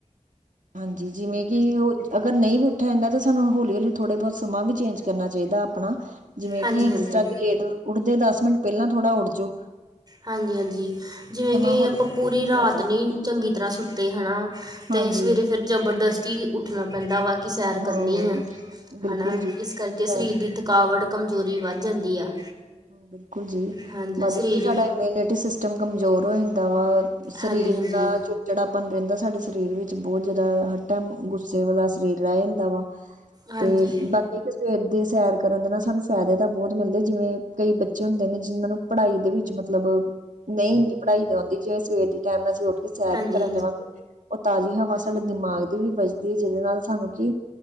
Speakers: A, on the right; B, on the right.
A: ਹਾਂਜੀ ਜਿਵੇਂ ਕਿ ਉਹ ਅਗਰ ਨਹੀਂ ਵੀ ਉੱਠਿਆ ਜਾਂਦਾ ਤਾਂ ਸਾਨੂੰ ਹੌਲੀ ਹੌਲੀ ਥੋੜੇ ਬਹੁਤ ਸਮਾਂ ਵੀ ਚੇਂਜ ਕਰਨਾ ਚਾਹੀਦਾ ਆਪਣਾ ਜਿਵੇਂ
B: ਹਾਂਜੀ
A: ਕਿ
B: ਹਾਂਜੀ
A: ਜਿਸ ਤਰ੍ਹਾਂ ਕਿ ਲੇਟ ਉੱਠਦੇ ਦਸ ਮਿੰਟ ਪਹਿਲਾਂ ਥੋੜਾ ਉੱਠ ਜੋ
B: ਹਾਂਜੀ ਹਾਂਜੀ ਜਿਵੇਂ ਕਿ
A: ਹੌਲੀ
B: ਆਪਾਂ ਪੂਰੀ
A: ਹੌਲੀ ਚੇਂਜ
B: ਰਾਤ
A: ਹੁੰਦਾ।
B: ਨਹੀਂ ਚੰਗੀ ਤਰ੍ਹਾਂ ਸੁੱਤੇ ਹੈ ਨਾ ਤੇ
A: ਹਾਂਜੀ
B: ਸਵੇਰੇ ਫੇਰ ਜਬਰਦਸਤੀ ਉੱਠਣਾ ਪੈਂਦਾ ਵਾ ਕਿ ਸੈਰ
A: ਹੂੰ
B: ਕਰਨੀ
A: ਹੂੰ
B: ਆ
A: ਬਿਲਕੁਲ
B: ਹੈ ਨਾ
A: ਜੀ
B: ਇਸ ਕਰਕੇ ਸਰੀਰ ਦੀ ਥਕਾਵਟ ਕਮਜ਼ੋਰੀ ਵੱਧ ਜਾਂਦੀ ਆ
A: ਬਿਲਕੁਲ ਜੀ
B: ਹਾਂਜੀ
A: ਮਦਦ
B: ਸਰੀਰ
A: ਹੀ ਸਾਡਾ ਇਮਿਊਨਿਟੀ ਸਿਸਟਮ ਕਮਜ਼ੋਰ ਹੋ ਜਾਂਦਾ ਵਾ ਸਰੀਰ
B: ਹਾਂਜੀ ਹਾਂਜੀ
A: ਦਾ ਚਿੜਚਿੜਾਪਨ ਰਹਿੰਦਾ ਸਾਡੇ ਸਰੀਰ ਵਿੱਚ ਬਹੁਤ ਜ਼ਿਆਦਾ ਹਰ ਟਾਈਮ ਗੁੱਸੇ ਵਾਲਾ ਸਰੀਰ ਰਹਿ ਜਾਂਦਾ ਵਾ
B: ਹਾਂਜੀ
A: ਤੇ ਬਾਕੀ ਸਵੇਰ ਦੀ ਸੈਰ ਕਰਨ ਦੇ ਨਾਲ ਸਾਨੂੰ ਫਾਇਦੇ ਤਾਂ ਬਹੁਤ ਮਿਲਦੇ ਜਿਵੇਂ ਕਈ ਬੱਚੇ ਹੁੰਦੇ ਨੇ ਜਿਹਨਾਂ ਨੂੰ ਪੜ੍ਹਾਈ ਦੇ ਵਿੱਚ ਮਤਲਬ ਨਹੀਂ ਪੜ੍ਹਾਈ ਦੇ ਆਉਂਦੀ ਜਿਵੇਂ ਸਵੇਰ ਦੇ ਟਾਈਮ ਨਾਲ ਅਂ ਉੱਠ ਕੇ ਸੈਰ
B: ਹਾਂਜੀ
A: ਵੀ ਕਰਨ
B: ਹਾਂਜੀ
A: ਜਾਵਾਂਗੇ ਉਹ ਤਾਜ਼ੀ ਹਵਾ ਸਾਡੇ ਦਿਮਾਗ ਦੇ ਵੀ ਵੱਜਦੀ ਜਿਹਦੇ ਨਾਲ ਸਾਨੂੰ ਕਿ